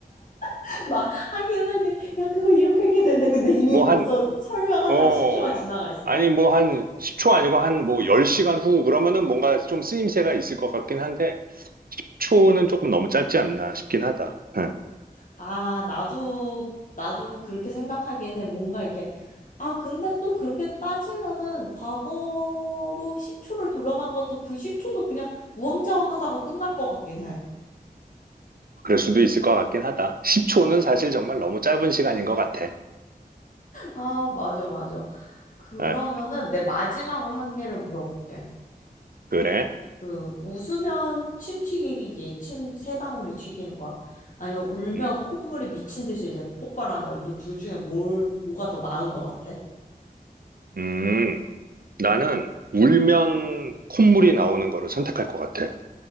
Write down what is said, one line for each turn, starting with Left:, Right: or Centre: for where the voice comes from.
Left: <laughs> 막 하긴 하긴 야 그거 이렇게 이렇게 된대 근데 이미
Right: 뭐
Left: 벌써
Right: 한,
Left: 설명하느라
Right: 어,
Left: 10초가 지나가 있어
Right: 아니 뭐 한 10초 아니고 한 뭐 10시간 후 그러면은 뭔가 좀 쓰임새가 있을 것 같긴 한데, 초는 조금 너무 짧지 않나 싶긴 하다. 예.
Left: 아, 나도, 나도 그렇게 생각하긴 해. 뭔가 이렇게. 아, 근데 또 그렇게 따지면은 과거로 10초를 돌아간 것도 그 10초도 그냥 우왕좌왕 하다가 끝날 것 같긴 해.
Right: 그럴 수도 있을 것 같긴 하다. 10초는 사실 정말 너무 짧은 시간인 것 같아.
Left: 아, 맞아, 맞아. 그러면은
Right: 아,
Left: 내 마지막으로 한 개를 물어볼게.
Right: 그래?
Left: 그, 웃으면 침 튀기기, 침 세 방울이 튀기는 거야. 아니면 울면
Right: 음.
Left: 콧물이 미친 듯이 이제 폭발하는 거야. 너둘 중에 뭘, 뭐가 더 나은 것 같아?
Right: 음, 나는 울면 콧물이 나오는 거를 선택할 것 같아.